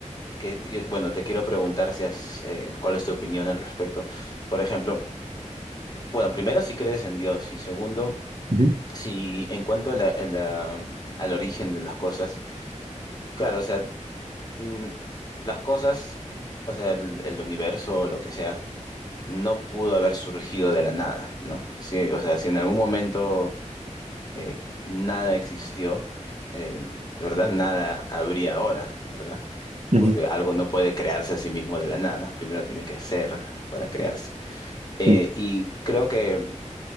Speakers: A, on the left; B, on the right.
A: que yo- bueno, te quiero preguntar si has, eh, cuál es tu opinión al respecto. Por ejemplo, bueno, primero, si crees en Dios y segundo,
B: Ujú,
A: si en cuanto a la- a la- al origen de las cosas, claro, o sea, mm, las cosas, o sea, el, el universo, lo que sea, no pudo haber surgido de la nada, ¿no? Sí, o sea, si en algún momento eh, nada existió, eh, ¿verdad? Nada habría ahora, ¿verdad?
B: ujú,
A: Porque algo no puede crearse a sí mismo de la nada, primero tiene que ser para crearse. Eh,
B: ujú.
A: y creo que